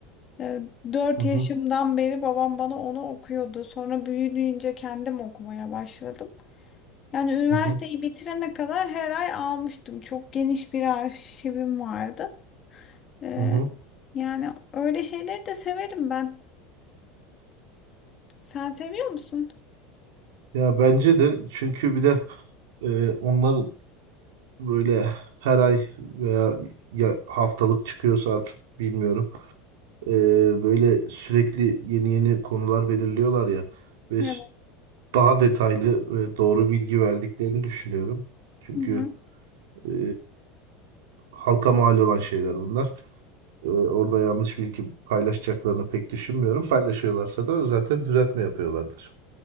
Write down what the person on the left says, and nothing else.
Ee, Dört
yaşımdan beri babam bana onu okuyordu. Sonra büyüdüğünce kendim okumaya başladım. Yani üniversiteyi
bitirene kadar her ay almıştım. Çok geniş bir arşivim vardı. Ee,
yani öyle şeyleri de severim ben. Sen seviyor musun?
Evet.
Hı hı,